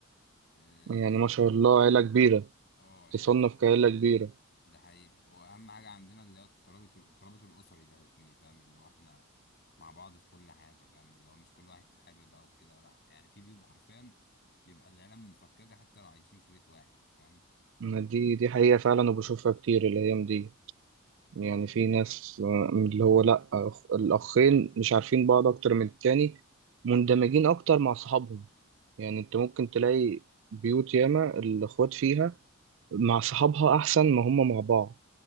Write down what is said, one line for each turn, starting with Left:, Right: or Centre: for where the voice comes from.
Left: اه
Right: يعني ما شاء الله عيلة كبيرة
Left: آه، يعني
Right: تصنف كعيلة كبيرة
Left: ده حقيقة وأهم حاجة عندنا اللي هو الترابط الترابط الأسري ده يا زميلي فاهم اللي هو احنا مع بعض في كل حاجة فاهم اللي هو مش كل واحد في حاله بقى وكده لأ يعني في بيوت حرفيا بيبقى العيلة مفككة حتى لو عايشين في بيت واحد فاهم
Right: ما دي دي حقيقة فعلا وبشوفها كتير الأيام دي
Left: ده
Right: يعني
Left: حقيقة
Right: في ناس آه، اللي هو لأ أخ- الأخين مش عارفين بعض أكتر من التاني مندمجين أكتر مع صحابهم يعني أنت ممكن تلاقي بيوت ياما الأخوات فيها مع صحابها أحسن ما هم مع بعض